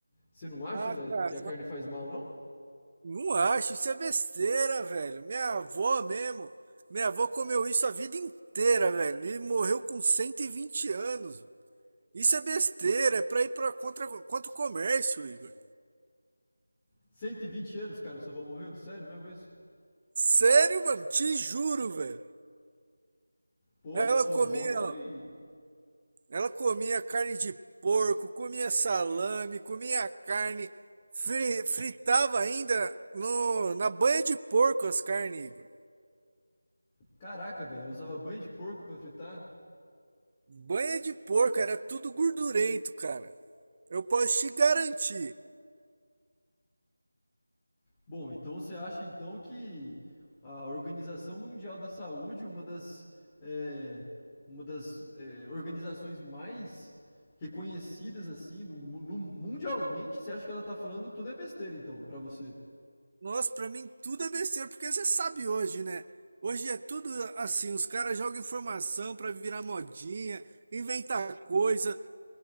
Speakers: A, on the left; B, on the right.
A: Você não acha
B: Ah,
A: ela-
B: cara,
A: que a carne faz mal, não?
B: Não acho, isso é besteira, velho. Minha avó mesmo. Minha avó comeu isso a vida inteira, velho. E morreu com 120 anos. Isso é besteira, é pra ir pra contra, contra o comércio, Igor.
A: cento e vinte anos, cara, sua avó morreu? Sério mesmo isso?
B: Sério, mano, te juro, velho.
A: Pô,
B: Ela
A: sua
B: comia,
A: avó foi.
B: ela comia carne de porco, comia salame, comia carne, fri- fritava ainda no, na banha de porco as carnes, Igor.
A: Caraca, velho, ela usava banho de porco pra fritar?
B: Banha de porco era tudo gordurento, cara. Eu posso te garantir.
A: Bom, então você acha então que a Organização Mundial da Saúde, uma das, é, uma das é, organizações mais reconhecidas assim no, mu- no- mundialmente, você acha que ela tá falando tudo é besteira então, pra você?
B: Nossa, pra mim tudo é besteira, porque você sabe hoje, né? Hoje é tudo assim, os caras jogam informação pra virar modinha, inventar coisa.